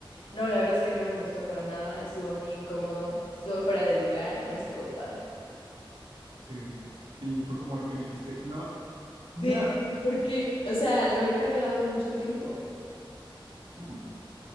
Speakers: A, on the left; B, on the right.
A: No, la verdad es que no me gustó para nada, estuvo muy incómodo, estuvo fuera de lugar, no estuvo padre.
B: Sí. Y fue como de que dijiste, no, no.
A: Sí, porque, o sea, lo he cargado mucho tiempo.
B: Mm,